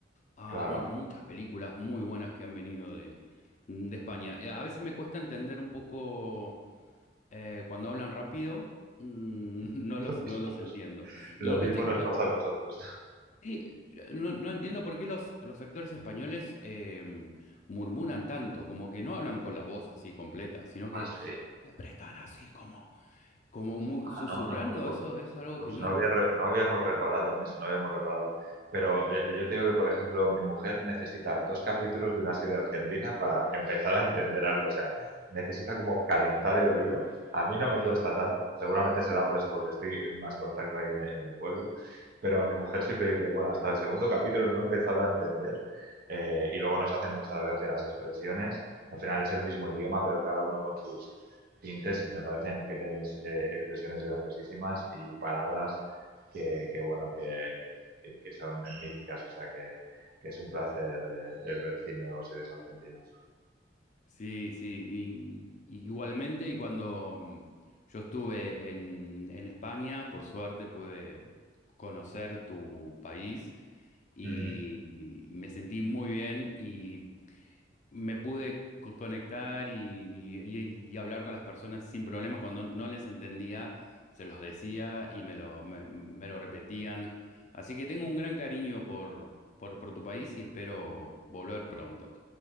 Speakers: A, on the left; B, on the right.
A: Ah,
B: Claro,
A: bueno, muchas películas muy buenas que han venido de, de España. Eh, A veces me cuesta entender un poco eh, cuando hablan rápido, mm, <laughs>
B: <laughs>
A: no los,
B: lo mismo
A: no los entiendo.
B: nos, lo
A: Y
B: mismo
A: viste
B: nos
A: que lo-
B: pasa a nosotros.
A: Sí, yo no, no entiendo por qué los, los actores españoles eh, murmuran tanto, como que no hablan con la voz así completa, sino que
B: Ah, sí.
A: siempre están así como, como mu-
B: Ah,
A: susurrando,
B: no, no.
A: eso, eso es algo
B: Pues
A: que no...
B: no había re- no habíamos reparado en eso, no habíamos reparado. Pero eh, yo te digo que, por ejemplo, mi mujer necesita dos capítulos de una serie argentina para empezar a entender algo. O sea, necesita como calentar el oído. A mí no me
A: Claro.
B: cuesta tanto. Seguramente será por eso, porque estoy en más contacto ahí en, en el pueblo. Pero mi mujer siempre dice, bueno, hasta el segundo capítulo no he empezado a entender. eh, y luego nos hacen mucha gracia las expresiones. Al final es el mismo idioma, pero cada uno con sus tintes, me parecen que tenéis eh, expresiones graciosísimas y palabras que, que bueno, que, que, que son míticas, o sea que, que es un placer eh, ver cine o series argentinas.
A: Sí, sí, y, y igualmente, y cuando mm, yo estuve en, en España, por suerte pude conocer tu país y
B: Ujú,
A: me sentí muy bien y me pude co- conectar y, y- y hablar con las personas sin problemas. Cuando no les entendía, se los decía y me lo, me, me lo repetían. Así que tengo un gran cariño por, por, por tu país y espero volver pronto.